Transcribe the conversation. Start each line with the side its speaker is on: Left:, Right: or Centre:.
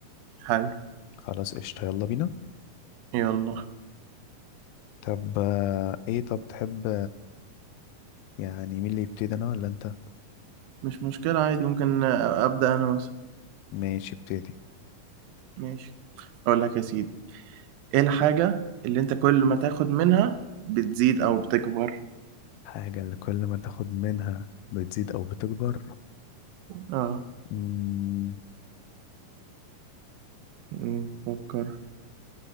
Right: حلو
Left: خلاص قشطة يلا بينا
Right: يلا
Left: طب آه، ايه طب تحب يعني مين اللي يبتدي انا ولا انت
Right: مش مشكلة عادي ممكن أبدأ أنا مثلا
Left: ماشي ابتدي
Right: ماشي أقول لك يا سيدي إيه الحاجة اللي انت كل ما تاخد منها بتزيد أو بتكبر
Left: حاجة اللي كل ما تاخد منها بتزيد او بتكبر
Right: اه
Left: مم،
Right: مم، فكر